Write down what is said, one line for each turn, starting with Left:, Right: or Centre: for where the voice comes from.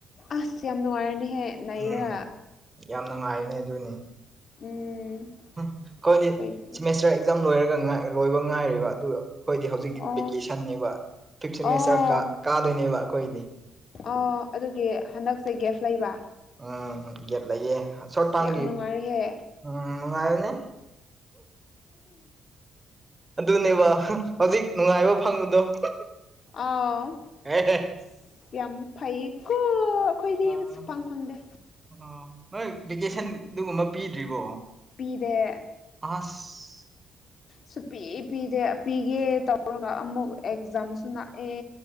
Left: ꯑꯁ ꯌꯥꯝ ꯅꯨꯡꯉꯥꯏꯔꯅꯤꯍꯦ ꯅꯩꯔꯒ
Right: ꯎꯝ ꯌꯥꯝ ꯅꯨꯡꯉꯥꯏꯔꯅꯤ ꯑꯗꯨꯅꯤ
Left: ꯎꯝ
Right: ꯍꯨꯝ ꯈꯣꯏ
Left: ꯑꯩꯈꯣꯏꯗꯤ
Right: ꯁꯤꯝꯃꯤꯁꯇꯔ ꯑꯦꯛ ꯖꯥꯝ ꯂꯣꯏꯔꯒ ꯉꯥ ꯂꯣꯏꯕ ꯉꯥꯏꯔꯤꯕ ꯑꯗꯨ ꯑꯈꯣꯏꯗꯤ ꯍꯧ ꯍꯧꯖꯤꯛꯇꯤ
Left: ꯑꯣ
Right: ꯚꯦꯀꯦꯁꯟꯅꯦꯕ ꯐꯤꯞ ꯁꯦꯃꯦꯁꯇꯔ
Left: ꯑꯣ
Right: ꯀꯥ ꯀꯥꯗꯣꯏꯅꯦꯕ ꯑꯈꯣꯏꯗꯤ
Left: ꯑꯣ ꯑꯗꯨꯒꯤ ꯍꯟꯗꯛꯁꯦ ꯒꯦꯞ ꯂꯩꯕ
Right: ꯎꯝ ꯒꯦꯞ ꯂꯩꯌꯦ ꯁꯣꯠ
Left: ꯑꯁ
Right: ꯇꯥꯝꯒꯤ
Left: ꯌꯥꯝ ꯅꯨꯡꯉꯥꯏꯔꯦꯍꯦ
Right: ꯎꯝ ꯅꯨꯡꯉꯥꯏꯕꯅꯦ ꯑꯗꯨꯅꯦꯕ ꯍ ꯍꯧꯖꯤꯛ ꯅꯨꯡꯉꯥꯏꯕ ꯐꯪꯕꯗꯣ <unintelligible>
Left: ꯑꯥꯎ <unintelligible>
Right: ꯑꯦ
Left: ꯌꯥꯝ ꯐꯩꯌꯦꯀꯣ ꯈꯣꯏꯗꯤ
Right: ꯑ
Left: ꯕ ꯁꯨꯐꯪ ꯐꯪꯗꯦ
Right: ꯑꯣ ꯅꯣꯏ ꯚꯦꯀꯦꯁꯟ ꯗꯨꯒꯨꯝꯕ ꯄꯤꯗ꯭ꯔꯤꯕꯣ
Left: ꯄꯤꯗꯦ
Right: ꯑꯥꯁ
Left: ꯁꯨ ꯄꯤ ꯄꯤꯗꯦ ꯄꯤꯒꯦ ꯇꯧꯔꯒ ꯑꯃꯨꯛ ꯑꯦꯛꯖꯥꯝꯁꯨ ꯅꯥꯛꯑꯦ